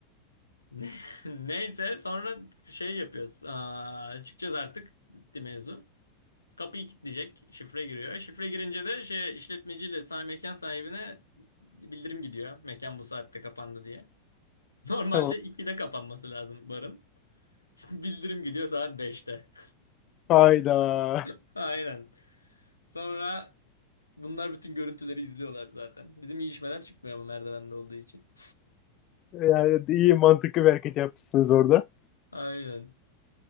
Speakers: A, on the left; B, on the left.
A: Ne- <laughs> Neyse sonra şey yapıyoruz. Aa, çıkacağız artık. Bitti mevzu. Kapıyı kilitleyecek. Şifre giriyor. Şifre girince de şey işletmeciyle sahibi mekan sahibine bildirim gidiyor. Mekan bu saatte kapandı diye. <laughs> Normalde
B: tamam.
A: 2'de kapanması lazım barın. <laughs> Bildirim gidiyor saat beşte.
B: Hayda.
A: <laughs> Aynen. Sonra bunlar bütün görüntüleri izliyorlar zaten. Bizim iyi işmeler çıkmıyor ama merdivende olduğu için.
B: Yani iyi mantıklı bir hareket yapmışsınız orada.
A: <laughs> Aynen.